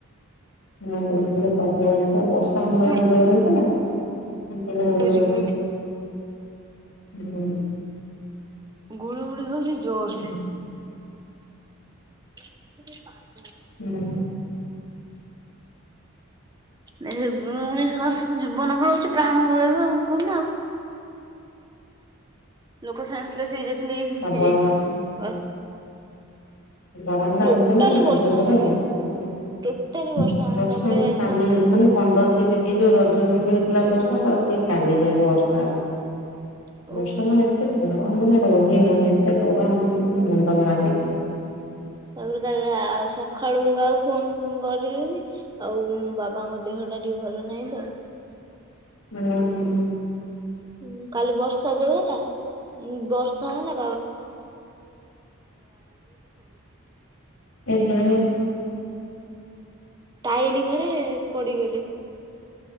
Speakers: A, on the left (about 85°); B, on the right (about 20°).
A: <unintelligible> ପ୍ରବଳ ବର୍ଷା, ବର୍ଷା ଆମର
B: ଗୁଳି
A: ଆଡେ ଜୋର ହେଇଥିଲା ନା? <unintelligible>
B: ହଉଛି ଗୁଳୁ
A: ହୁଁ।
B: ଗୁଳୁଗୁଳି ହଉଛି ଜୋର
A: ହୁଁ
B: ସେ ସିଏ ଯେ ପାଣି।
A: ହୁଁ।
B: ନାଇଁ ସେ ମୁଁ ଉଣେଇଶ ବର୍ଷରୁ ଯିବୁ। ଜୀବନ ପଳଉଛି ପ୍ରାଣ ପଳେଇବ ଆଉ କୋଉ ଦିନ ଆଉ। ଲୋକ ସେନ୍ସଲେସ୍ ହେଇଯାଇଛନ୍ତି ଏଇ
A: ପ୍ରବଳ
B: ଏଇ <unintelligible>
A: ବର୍ଷା ଗରମ ଟା
B: ଟୋଟାଲି
A: ହଉଛି ନା
B: ବର୍ଷା
A: ଜୋରେ
B: ହଉନି।
A: <unintelligible>
B: ଟୋଟାଲି ହଉନି
A: ବର୍ଷା
B: ତାପରେ
A: ଆମେ
B: ଆଜି
A: କାଲି ମାନେ ପନ୍ଦର ଦିନ ଏଇ ଯୋଉ ରଜକୁ ହେଇଥିଲା ବର୍ଷା ତାପରେ ଏଇ କାଲି ଜାକେ ବର୍ଷା ହେଲା,
B: ସକାଳୁ
A: ବର୍ଷା ମାନେ ଏତେ ଗରମ୍ ଦିନେ ରହି ହଉନି ଏତେ ଗରମ <unintelligible> ମୁଣ୍ଡ ଖରାପ ହେଇଯାଉଚି।
B: ତାପରେ କା ଆଉ ସକାଳୁ ମୁଁ କାହାକୁ ଫୋନ କରିଲିନି, ଆଉ ବାବାଙ୍କ ଦେହ ଟା ଟିକେ ଭଲ ନାହିଁ ତ।
A: ହୁଁ- ହୁଁ।
B: ହୁଁ କାଲି ବର୍ଷା ଯୋଉ ହେଲା ଉଁ ବର୍ଷା ହେଲା
A: ଓ ହୋ।
B: ଟାଇଲି ଘରେ ପଡିଗଲେ।